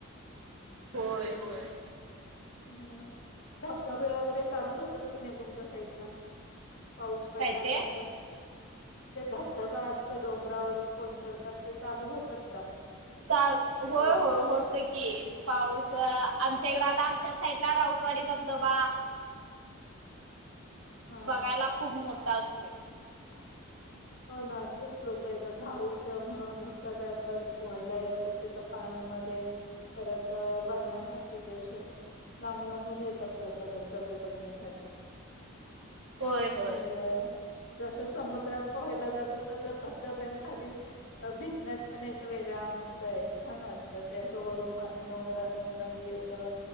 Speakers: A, on the right (about 75°); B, on the left (about 60°).
A: होय होय
B: हम् धबधबे वगैरे चालू होतात कि नाही तुमच्या साईड ला पाऊस पडल्यानंतर
A: काय ते
B: ते धबधबा असतो डोंगरावरून कोसळतात ते चालू होतात का
A: का होय
B: पाऊस
A: होय हो की पाऊस आमच्या इकडं आता आमच्या साईडला राहतवाडी धबधबा
B: हा
A: बघायला खूप मोठा असतोय
B: हो ना खूप लोक येतात हाऊस आहे म्हणून धबधब्यांवर पोहायला येत परत तेिथ पाहण्यामध्ये परत बघण्यासाठी असे लांब लांबून येतात लोक धबधबे बघण्यासाठी
A: होय होय
B: आणि जस समुद्रात पोहायला जातो तस धबधब्या खाली भिजण्यात पण एक वेगळा आनंद आहे छान वाटतं ते असं वरून पाणी डोंगरा डोंगराने येत तर